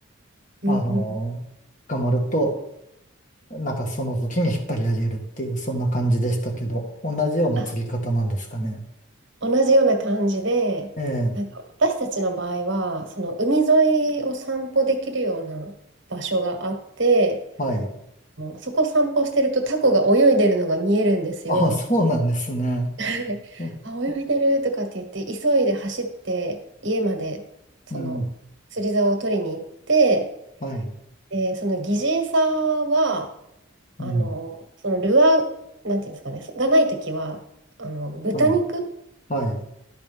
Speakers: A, on the right (about 60°); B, on the left (about 35°).
A: うんうんうん。
B: あの、捕まると、なんかその時に引っ張り上げるっていう、そんな感じでしたけど、同じような釣り方なんですかね。
A: あ、同じような感じで、
B: ええ
A: なんか私たちの場合は、その海沿いを散歩できるような場所があって、
B: はい。
A: もうそこ散歩してるとタコが泳いでるのが見えるんですよ。
B: あ、そうなんですね。
A: はい
B: う
A: <laughs> あ、泳いでるとかって言って、急いで走って家までその釣り竿を取りに行って、
B: うん。はい。
A: で、その疑似餌は、あの、
B: うん。
A: そのルアー、なんていうんですかね、がないときは、あの、豚肉、
B: はい。はい。